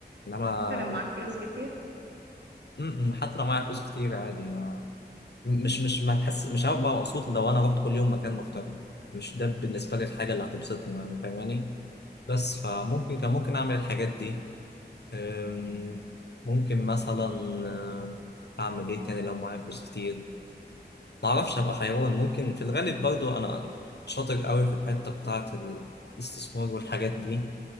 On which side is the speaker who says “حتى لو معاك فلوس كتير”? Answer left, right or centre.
Right